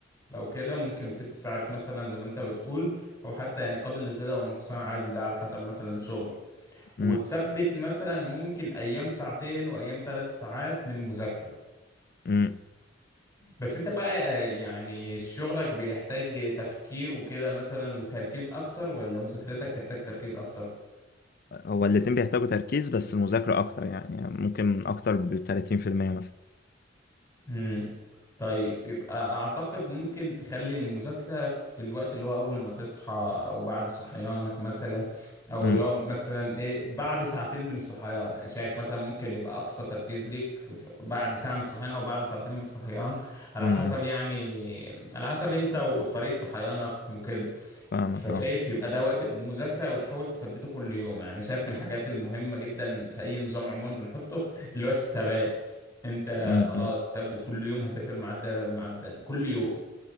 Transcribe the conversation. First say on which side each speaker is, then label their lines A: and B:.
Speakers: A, on the left; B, on the left.
A: لو كده ممكن ست ساعات مثلا زي ما انت بتقول او حتى يعني قابل للزيادة والنقصان عادي ده على حسب مثلا شغل وتثبت
B: امم
A: مثلا ممكن ايام ساعتين وايام ثلاث ساعات للمذاكرة
B: امم
A: بس انت بقى آه، يعني شغلك بيحتاج تفكير وكده مثلا وتركيز اكتر ولا مذاكرتك تحتاج تركيز اكتر
B: هو الاتنين بيحتاجوا تركيز بس المذاكرة أكتر يعني, يعني ممكن أكتر بتلاتين في المية مثلا
A: مم. طيب يبقى اعتقد ممكن تخلي المذاكرة في الوقت اللي هو اول ما تصحى او بعد صحيانك مثلا او
B: امم
A: اللي هو مثلا ايه بعد ساعتين من الصحيان أنا شايف مثلا ممكن يبقى اقصى تركيز ليك ف- بعد ساعة من الصحيان او بعد ساعتين من الصحيان على
B: امم
A: حسب
B: أمم.
A: يعني على حسب انت وطريقة صحيانك وكده
B: فاهمك
A: فشايف
B: أه
A: يبقى ده وقت المذاكرة وتحاول تثبته كل يوم يعني شايف من الحاجات المهمة جدا في أي نظام عموما بنحطه اللي هو الثبات أنت
B: امم
A: خلاص
B: أمم.
A: ثبت كل يوم هذاكر الميعاد ده الميعاد ده كل يوم